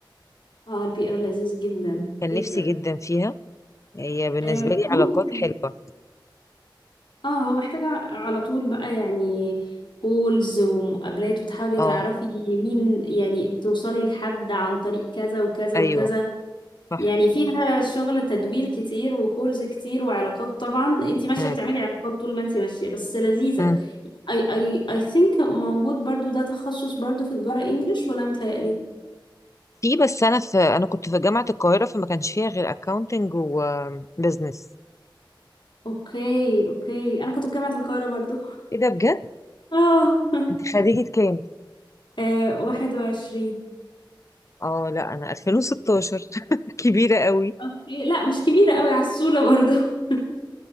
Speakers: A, on the left; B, on the left.
A: اه البي ار لذيذ جدا
B: كان
A: جدا
B: نفسي جدا فيها هي بالنسبه
A: آه،
B: لي
A: ممكن
B: علاقات حلوه
A: اه هو محتاجة على طول بقى يعني كولز ومقابلات وتحاولي
B: اه
A: تعرفي مين يعني توصلي لحد عن طريق كذا وكذا
B: ايوه
A: وكذا
B: صح
A: يعني فيها شغل تدوير كتير وكولز كتير وعلاقات طبعا انتي ماشية
B: مم.
A: بتعملي علاقات طول ما انتي ماشية بس لذيذة
B: مم.
A: اي اي اي ثينك موجود برضو ده تخصص برضو في تجارة انجليش ولا متهيألي
B: في بس انا في انا كنت في جامعه القاهره فما كانش فيها غير اكاونتنج وبزنس
A: اوكي اوكي انا كنت في جامعة القاهرة برضو
B: ايه ده بجد
A: اه <laughs>
B: انت خريجه كام
A: آه، واحد وعشرين
B: اه لا انا 2016 <laughs> كبيرة قوي
A: اوكي لا مش كبيرة قوي على الصولة برضو <laughs>